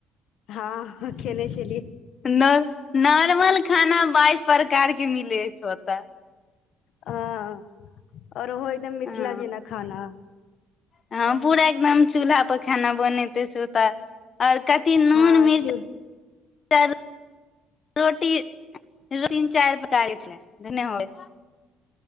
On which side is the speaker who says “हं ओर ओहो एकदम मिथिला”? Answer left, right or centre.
Left